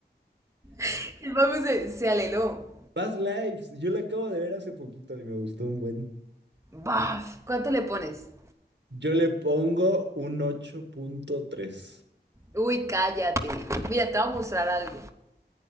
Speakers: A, on the right; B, on the right.
A: <laughs> el Baco se, se aleló.
B: Past Lives, yo la acabo de ver hace poquito y me gustó un buen.
A: Baf. ¿Cuánto le pones?
B: Yo le pongo un 8.3.
A: Uy, cállate. Mira, te voy a mostrar algo.